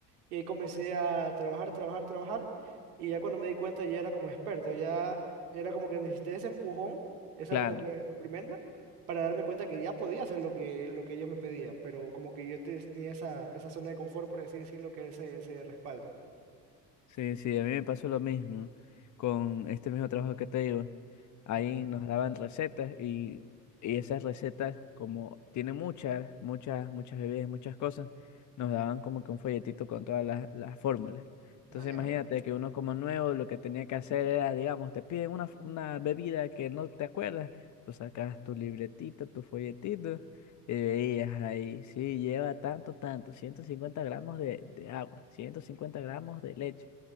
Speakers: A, on the right; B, on the left.
A: Y ahí comencé a trabajar, trabajar, trabajar. Y ya cuando me di cuenta ya era como experto, ya era como que necesité ese empujón, esa
B: Claro.
A: como que reprimenda, para darme cuenta que ya podía hacer lo que, lo que ellos me pedían. Pero como que yo tenía esa, esa zona de confort, por así decirlo, que era ese, ese respaldo.
B: Sí, sí, a mí me pasó lo mismo con este mismo trabajo que te digo. Ahí
A: Ujú.
B: nos daban recetas y, y esas recetas, como tiene muchas, muchas, muchas bebidas, muchas cosas, nos daban como que un folletito con todas las, las fórmulas. Entonces
A: Ah, ya.
B: imagínate que uno como nuevo lo que tenía que hacer era, digamos, te piden una, f- una bebida que no te acuerdas, tú sacas tu libretito, tu folletito y veías ahí, sí, lleva tanto, tanto, 150 gramos de, de agua, 150 gramos de leche.